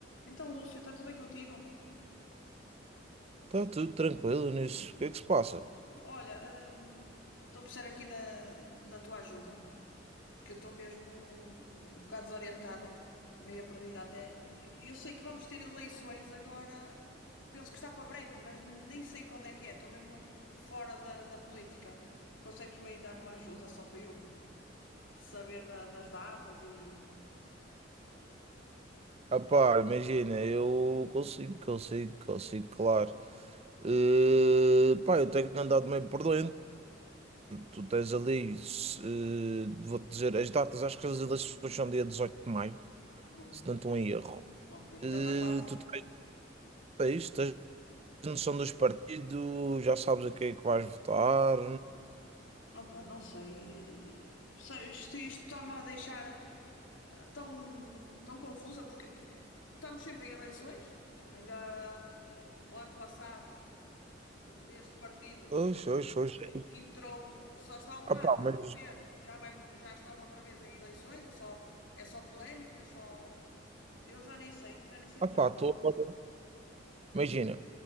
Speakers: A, on the left; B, on the right.
A: Então, Lúcio, está tudo bem contigo?
B: Está tudo tranquilo nisso. O que é que se passa?
A: Olha, hum, estou a precisar aqui da, da tua ajuda, porque eu estou mesmo um bocado desorientada, meio perdida até. Eu sei que vamos ter eleições agora, penso que está para breve, mas nem sei quando é que é, estou mesmo fora da, da política. Consegues-me aí dar uma ajuda só para eu saber da- das datas e.
B: Ah pá, imagina, eu consigo, consigo, consigo, claro. Eh, pá, eu tenho andado meio por dentro. Tu tens ali, se, eh, vou-te dizer, as datas, acho que as eleições são dia 18 de maio,
A: Boa,
B: se não estou em erro.
A: ok, então
B: Eh,
A: está quase.
B: tu tens, tens, tens noção dos partidos, já sabes a quem é que vais votar.
A: Opa, não sei. Sei, Isto isto está-me a deixar. tão, tão confusa porque estamos sempre em eleições. Ainda há- o ano passado, o- este partido
B: Oxe, oxe, oxe.
A: e- entrou, só está um
B: Ah
A: ano
B: pá, mas.
A: no poder, já vai, mu- já estão outra vez em eleições, é só, é só polémicas, só. Eu já nem sei, já nem sei
B: Ah
A: de
B: pá,
A: nada.
B: estou agora. Imagina,